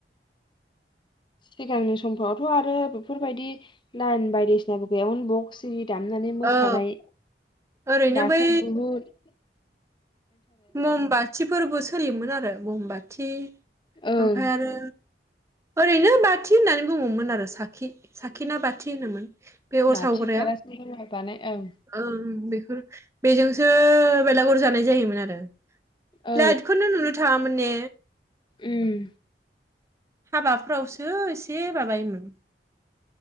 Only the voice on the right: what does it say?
औ ओरैनो
बै
ममबाथिफोरबो सोलियोमोन आरो ममबाथि
थै ओमफ्राय आरो ओरैनो बाथि होननानै बुङोमोन आरो साखि साखिनाा बाथि होनोमोन बे अर
सावग्राया
ओ बोखौ बेजोंसो बेलागर जानाय जायोमोन आरो
<inaudible> लाइटखौनो नुनो थाङामोन ने
हाबाफ्रावसो एसे माबायोमोन